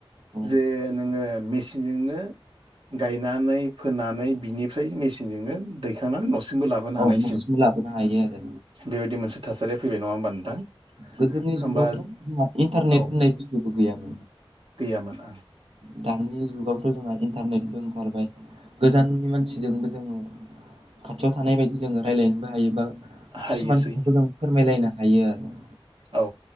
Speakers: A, on the right; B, on the right.
A: औ
B: जे नोङो मेसिन मेचनजोंनो गायनानै फोनानै बिनिफ्राय मेसिनजोंनो दै खांनानै न'सिमबो लाबोनो हानायसिम
A: औ न'सिमबो लाबोनो हायो आरो
B: बेबायदि मोनसे थासारिया फैबाय नङा होमबा नोंथां?
A: गोदोनि
B: होमबा
A: जुगावथ' जोंहा इन्टारनेट
B: औ।
A: होननाय बुस्थुबो गैयामोन
B: गैयामोन आ।
A: दानि जुगावथ' जोंहा इन्टारनेटबो ओंखारबाय। गोजाननि मानसिजोंबो जों खाथियाव थानाय बायदि जों रायज्लायनोबो हायो बा
B: हायोसै
A: खिसुमान खोथाखौ जों फोरमायलायनो हायो आरो।
B: औ।